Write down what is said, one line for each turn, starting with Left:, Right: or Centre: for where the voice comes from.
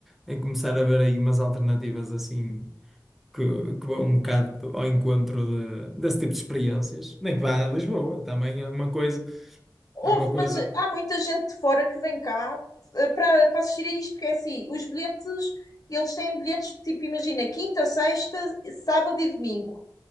Centre: em começar a ver aí umas alternativas assim que, que vão um bocado ao encontro de- desse tipo de experiências. Nem que vá a Lisboa, também é uma coisa,
Left: Houve,
Centre: é uma coisa.
Left: mas há muita gente de fora que vem cá eh, para, para assistir a isto, porque é assim, os bilhetes, eles têm bilhetes de tipo, imagina, quinta, sexta, sábado e domingo.